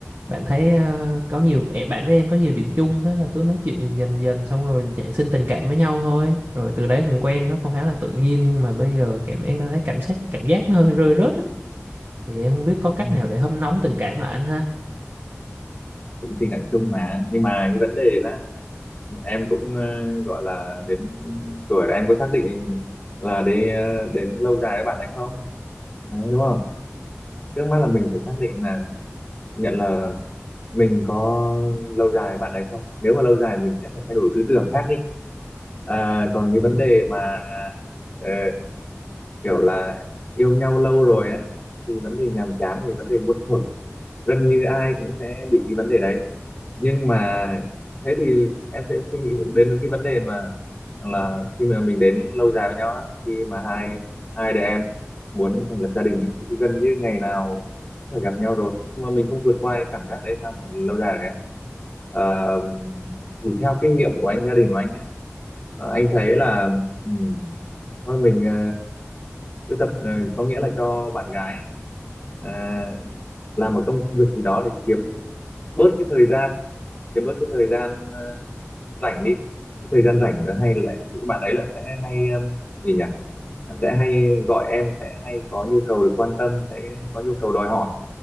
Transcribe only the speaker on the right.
bạn thấy ờ, có nhiều ẹ, bạn với em có nhiều điểm chung thế là cứ nói chuyện dần dần dần xong rồi nảy sinh tình cảm với nhau thôi rồi từ đấy cũng quen nó cũng khá là tự nhiên nhưng mà bây giờ cảm em có thấy cảm giác cảm giác nó hơi rơi rớt ấy. thì em không biết có cách
nào để hâm nóng tình cảm lại anh ha